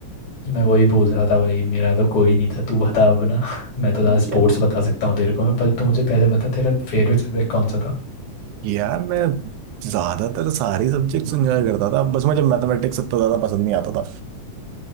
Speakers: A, on the left; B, on the right.
A: मैं वही पूछ रहा था भाई मेरा तो कोई नहीं था तू बता अब ना <laughs> मैं तो आज स्पोर्ट्स
B: या-
A: बता सकता हूँ तेरे को मैं पर तू मुझे पहले बता तेरा फेवरेट सब्जेक्ट कौन सा था
B: यार मैं ज्यादातर सारे सब्जेक्ट्स एंजॉय करता था बस मुझे मैथमेटिक्स इतना ज्यादा पसंद नहीं आता